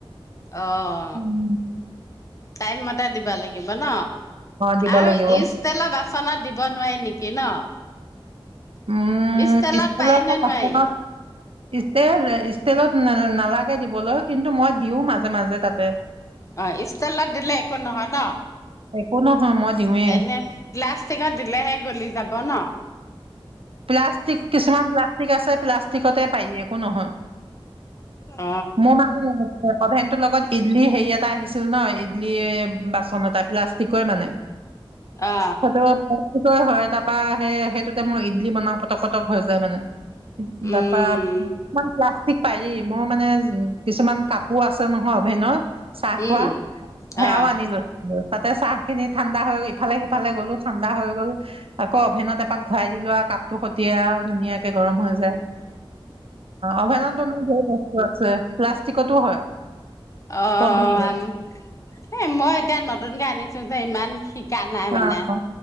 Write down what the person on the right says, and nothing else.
উম,
দিব
লাগিব
উম
ষ্টিলৰ
বাচনত। ষ্টেলেট ষ্টেলত নে নালাগে দিবলৈ কিন্তু মই দিওঁ মাজে মাজে তাতে।
একো নহয় মই দিওঁৱেই
প্লাষ্টিক কিছুমান প্লাষ্টিক আছে প্লাষ্টিকতে পায় একো নহয়।
মোৰ মানে এনেকুৱা কভেনটোৰ লগত ইডলি হেৰি এটা আহিছিল ন ইডলি বাচন এটা প্লাষ্টিকৰ মানে।
সেইটোত ক হয় তাৰপা সেই সেইটোতে মোৰ ইতলি বনাও পতক-পতক হৈ যায় মানে, তাৰপৰা
প্লাষ্টিক পাৰি মোৰ মানে উ কিছুমান কাপোৰ আছে নহয় অভেনত চাঁহখোৱা
সেয়াওঁ
আনি ললো। তাতে চাহ খিনি ঠাণ্ডা হৈ ইফালে সিফালে গ'লো ঠাণ্ডা হৈ গ'ল আকৌ অভেনত এপাক ঘুৰাই দিলো লোৱা কাপটো টীয়া আৰু ধুনীয়াকে গৰম হৈ যায়, অভেনত বনোৱা বহুত কষ্ট আছে। প্লাষ্টিকতো হয়।
কম হেৰিয়ত।
অ'